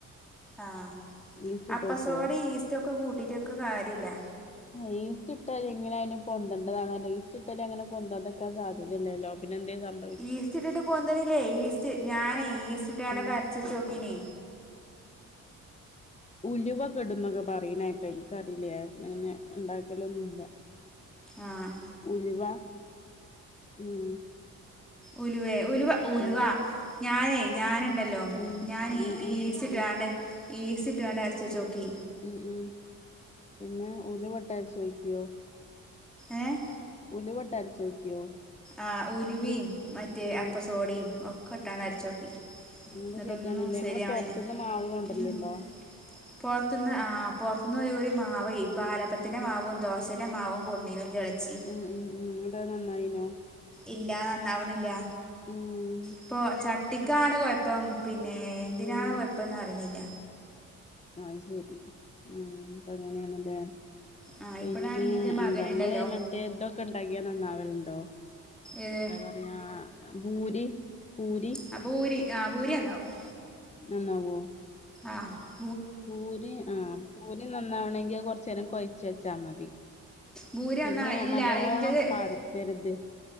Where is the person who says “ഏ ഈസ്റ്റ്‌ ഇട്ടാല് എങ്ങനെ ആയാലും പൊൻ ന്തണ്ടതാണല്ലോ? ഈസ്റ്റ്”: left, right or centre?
Left